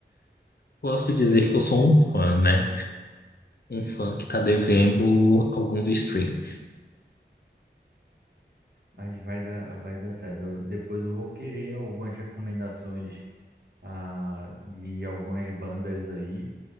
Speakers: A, on the left; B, on the right.
A: posso dizer que eu sou um fã, né? um fã que tá devendo alguns streams.
B: Mas vai dar, vai dar certo. Eu- Depois eu vou querer algumas recomendações ah, de algumas bandas aí